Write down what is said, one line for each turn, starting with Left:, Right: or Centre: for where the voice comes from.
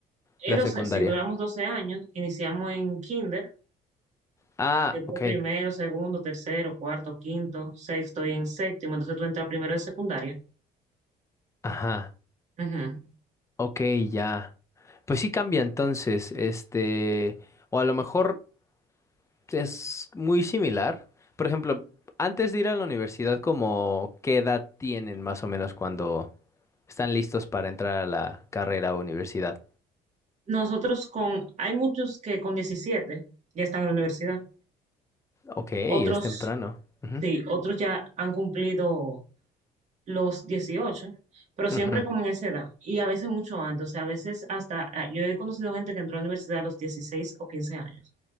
Right: Y
Left: la
Right: 12
Left: secundaria?
Right: si duramos 12 años, iniciamos en kinder,
Left: Ah,
Right: después
Left: ok,
Right: primero, segundo, tercero, cuarto, quinto, sexto y en séptimo, entonces tú entras primero de secundaria.
Left: ajá,
Right: Ujú.
Left: ok, ya. Pues sí cambia entonces, este, o a lo mejor... es muy similar. Por ejemplo, antes de ir a la universidad, como qué edad tienen más o menos cuando están listos para entrar a la carrera o universidad?
Right: Nosotros con, hay muchos que con 17 ya están en la universidad,
Left: Ok, es
Right: otros,
Left: temprano. Ujú,
Right: sí, otros ya han cumplido los 18, pero siempre
Left: ujú.
Right: como en esa edad y a veces mucho antes, o sea, a veces hasta, ah, yo he conocido gente que entró a la universidad a los 16 o 15 años.